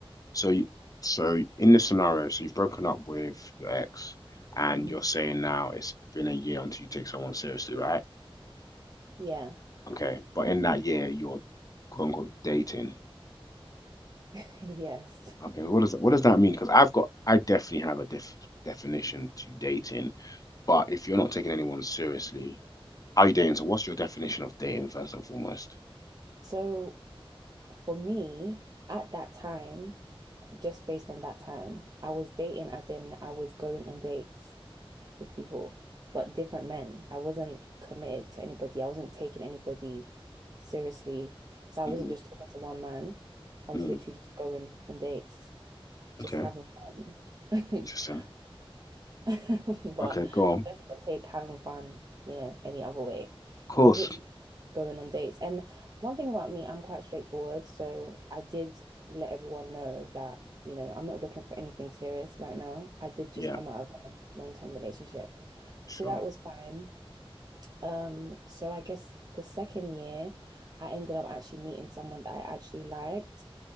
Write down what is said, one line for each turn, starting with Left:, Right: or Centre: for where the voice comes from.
Left: so you, so in this scenario, so you've broken up with your ex and
Right: Mhm.
Left: you're saying now it's been a year until you take someone seriously, right?
Right: Yeah,
Left: Okay. But in that year, you're quote unquote dating.
Right: <laughs> yes.
Left: Okay. What does what does that mean? Because I've got I definitely have a diff definition to dating. But if you're not taking anyone seriously, how are you dating? So what's your definition of dating first and foremost?
Right: So for me, at that time, just based on that time, I was dating as in I was going on dates with people, but different men. I wasn't committed to anybody. I wasn't taking anybody seriously. So I
Left: Mm,
Right: wasn't just talking to one man. I was
Left: mm,
Right: literally just going on dates. just
Left: okay,
Right: having fun.
Left: interesting.
Right: <laughs> But
Left: Okay, go on.
Right: let's not take having fun, you know, any other way.
Left: Of course.
Right: I was literally just going on dates. And one thing about me, I'm quite straightforward. So I did let everyone know that, you know, I'm not looking for anything serious right now. I did just
Left: Yeah,
Right: come out of a long-term relationship.
Left: sure.
Right: So that was fine. Um, so I guess the second year, I ended up actually meeting someone that I actually liked.